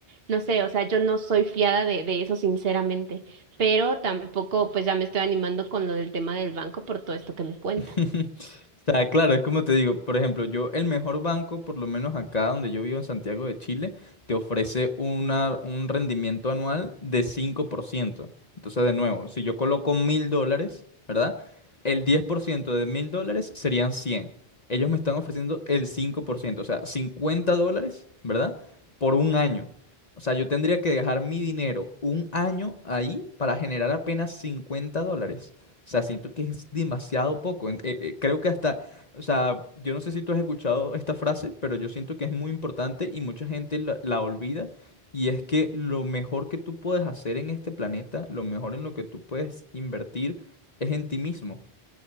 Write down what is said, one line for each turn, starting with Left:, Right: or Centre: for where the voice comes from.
Right: no sé, o sea, yo no soy fiada de, de eso, sinceramente, pero tampoco pues ya me estoy animando con lo del tema del banco por todo esto que me cuentas.
Left: <laughs> O sea, claro, es como te digo, por ejemplo, yo, el mejor banco, por lo menos acá donde yo vivo en Santiago de Chile, te ofrece una, un rendimiento anual de cinco por ciento Entonces, de nuevo, si yo coloco mil dólares, ¿verdad? El 10% de mil dólares serían cien Ellos me están ofreciendo el cinco por ciento o sea, 50 dólares, ¿verdad? Por un año. O sea, yo tendría que dejar mi dinero un año ahí para generar apenas 50 dólares. O sea, siento que es demasiado poco. En- eh, eh, creo que hasta, o sea, yo no sé si tú has escuchado esta frase, pero yo siento que es muy importante y mucha gente la, la olvida. Y es que lo mejor que tú puedes hacer en este planeta, lo mejor en lo que tú puedes invertir, es en ti mismo.